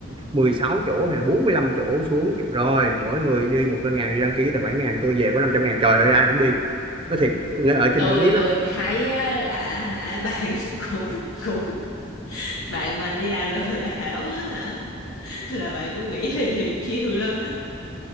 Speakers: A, on the right (about 25°); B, on the left (about 85°).
A: 16 chỗ hay là 45 chỗ xuống kiểu, rồi mỗi người đi một cái ngàn đi đăng ký tài khoản ngàn tôi về có năm trăm ngàn trời ơi ai không đi nó thiệt ở trên
B: tôi
A: núi đó
B: tôi thấy á, là hả bạn <laughs> cũng cũng bạn mà đi làm lừa đảo á hả là bạn cũng nghĩ là nhiều chiều lắm đó